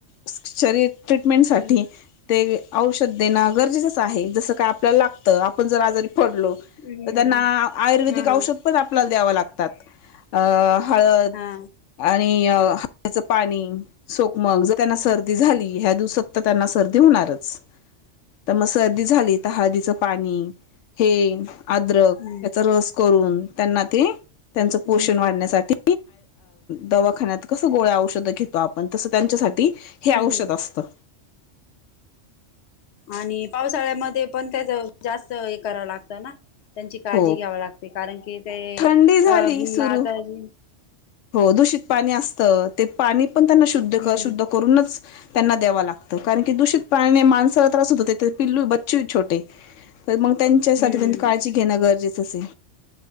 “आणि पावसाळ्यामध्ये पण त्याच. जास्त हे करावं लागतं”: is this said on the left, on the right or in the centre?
Left